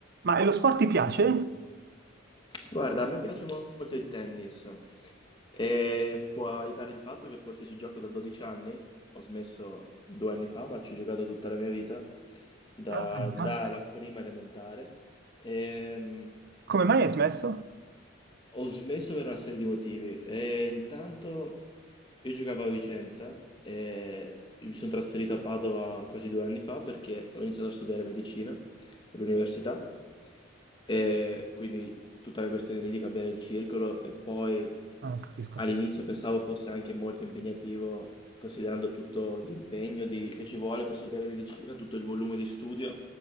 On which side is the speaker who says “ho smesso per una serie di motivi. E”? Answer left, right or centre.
Left